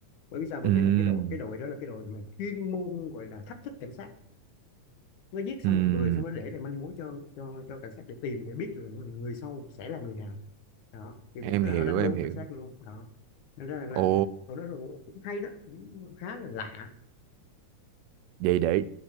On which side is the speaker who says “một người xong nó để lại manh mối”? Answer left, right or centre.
Left